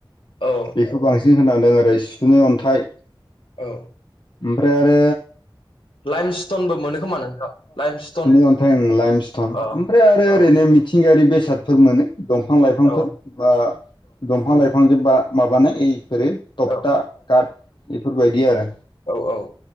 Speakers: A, on the left; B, on the left.
A: औ
B: बेखौ बांसिन खोनादों ओरै सुनै अन्थाइ
A: औ
B: ओमफ्राय आरो
A: लाइम स्टनबो मोनो खोमा नोंथां लाइम स्टन
B: नि अन्थाइ लाइमस्टन
A: अ
B: ओमफ्राय आरो
A: औ
B: ओरैनो मिथिंगायारि बेसे बेसादफोर मोनो दंफां लाइफांफोर
A: औ
B: बा दंफां लाइफांजों बा माबानाय इ जेरै थकटा
A: औ
B: काट बेफोरबायदि आरो
A: औ औ